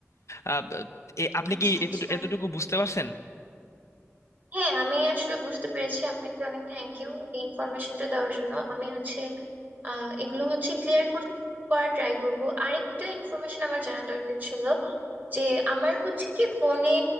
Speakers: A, on the left (about 70°); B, on the right (about 35°).
A: আহ, এ- আপনি
B: আচ্ছা
A: কি
B: আচ্ছা
A: এতটু- এতটুকু বুঝতে পারছেন
B: হ্যাঁ আমি আসলে বুঝতে পেরেছি আপনাকে অনেক থ্যাংক ইউ এই ইনফরমেশনটা দেওয়ার জন্য আমি হচ্ছে আহ এগুলো হচ্ছে ক্লিয়ার করার ট্রাই করব আরেকটা ইনফরমেশন আমার জানা দরকার ছিল যে আমার হচ্ছে কি ফোনে